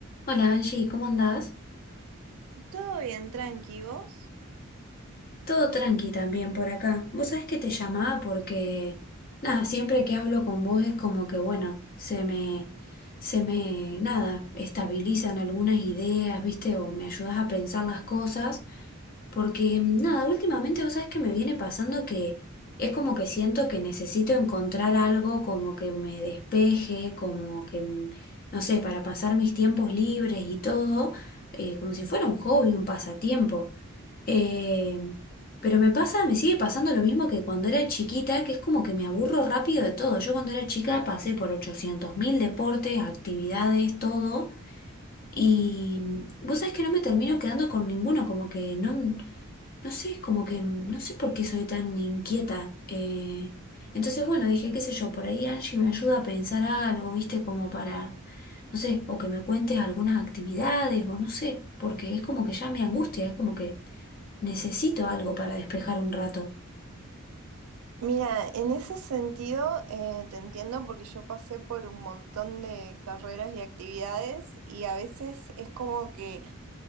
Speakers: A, on the left; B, on the right.
A: Hola Angie, ¿cómo andás?
B: Todo bien, tranqui, ¿vos?
A: Todo tranqui también por acá. Vos sabés que te llamaba porque, nada, siempre que hablo con vos es como que, bueno, se me, se me, nada, estabilizan algunas ideas, ¿viste? O me ayudás a pensar las cosas, porque, mm, nada, últimamente vos sabés que me viene pasando que es como que siento que necesito encontrar algo como que me despeje, como que, mm, no sé, para pasar mis tiempos libres y todo, eh, como si fuera un hobby, un pasatiempo. Eh, pero me pasa, me sigue pasando lo mismo que cuando era chiquita, que es como que me aburro rápido de todo. Yo cuando era chica pasé por 800.000 deportes, actividades, todo. Y vos sabés que no me termino quedando con ninguno, como que no, no sé, es como que no sé por qué soy tan inquieta. Eh, entonces, bueno, dije, qué sé yo, por ahí Angie me ayuda a pensar algo, viste, como para, no sé, o que me cuentes algunas actividades, o no sé, porque es como que ya me angustia, es como que... Necesito algo para despejar un rato.
B: Mira, en ese sentido eh, te entiendo porque yo pasé por un montón de carreras y actividades y a veces es como que